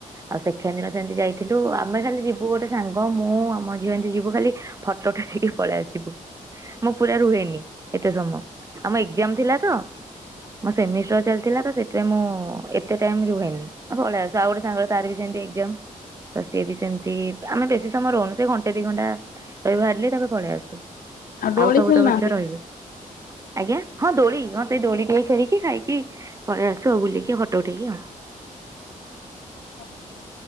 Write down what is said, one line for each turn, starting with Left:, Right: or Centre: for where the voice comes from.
Right: ଆଉ ସେକେଣ୍ଡ ଦିନ ସେମିତି ଯାଇଥିଲୁ ଆମେ ଖାଲି ଯିବୁ ଗୋଟେ ସାଙ୍ଗ ମୁଁ ଆମ ଝିଅ ଏମିତି ଯିବୁ ଖାଲି ଫୋଟ ଉଠେଇ ଦେଇକି ପଳେଇ ଆସିବୁ। ମୁଁ ପୁରା ରୁହେନି ଏତେ ସମୟ। ଆମ ଏକ୍ଜାମ ଥିଲା ତ। ମୋ ସେମିଷ୍ଟର ଚାଲିଥିଲା ତ ସେଥିପାଇଁ ମୁଁ ଏତେ ଟାଇମ ରୁହେନି। ଆମେ ପଲେଇ ଆସୁ ଆଉ ଗୋଟେ ସାଙ୍ଗ ତାରବି ସେମିତି ଏକ୍ଜାାମ। ତ ସିଏ ବି ସେମିତି ଆମେ ବେଶୀ ସମୟ ରହୁନୁ ସେ ଘଣ୍ଟେ ଦି ଘଣ୍ଟା ରହୁ ହାର୍ଡଲି ତାପରେ ପଳେଇ ଆସୁ।
Left: ଡୋଳି
Right: ଆଉ ସବୁ
Left: ଖେଳୁନାହାନ୍ତି?
Right: ତଙ୍କ ଝିଅ ରହିବେ। ଆଜ୍ଞା ହଁ ଦୋଳି ହଁ ସେଇ ଦୋଳି ଟିକେ ଖେଳିକି ଖାଇକି ପଳେଇ ଆସୁ ଆଉ ବୁଲିକି ଫଟୋ ଉଠେଇକି ଆଉ।
Left: ଆଛା